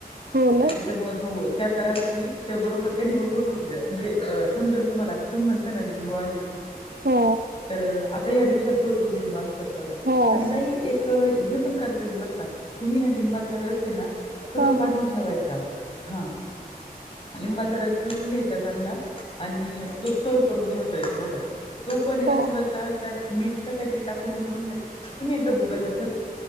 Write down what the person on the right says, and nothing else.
हो ना
हो
हो हो
हा
हा
हो